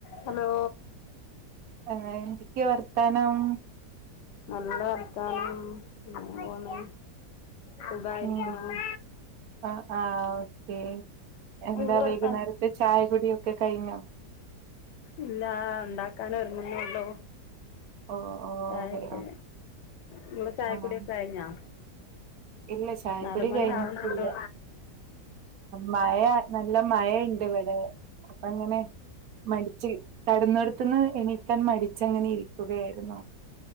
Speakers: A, on the left; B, on the right.
A: ഹലോ
B: അങ്ങനെ എന്തൊക്കെയാ വർത്താനം
A: നല്ല വർത്താനം അങ്ങനെ പൊന്നു സുഖായിരിക്കുന്നു
B: ഉം ആഹ് ആഹ് ഓക്കെ എന്താ
A: എന്ത് വർത്താനം
B: വൈകുന്നേരം ഇത് ചായ കുടി ഒക്കെ കഴിഞ്ഞോ
A: ഇല്ല ഉണ്ടാക്കാൻ ഒരുങ്ങുന്നേള്ളൂ
B: ഓഹ് ഓഹ്
A: ചായക്കു
B: അതെയോ
A: നമ്മളെ ചായകുടിയൊക്കെ
B: ആഹ്
A: കഴിഞ്ഞോ
B: ഇല്ല ചായക്കൊടി
A: നാല് മണി
B: കഴിഞ്ഞിട്ടില്ല
A: ആവണല്ലോ
B: മഴ നല്ല മഴ ഇണ്ട് ഇവിടെ അപ്പം ഇങ്ങനെ മടിച്ച് കിടന്നിടത്തുന്ന് എണീക്കാൻ മടിച്ചങ്ങനെ ഇരിക്കുകയായിരുന്നു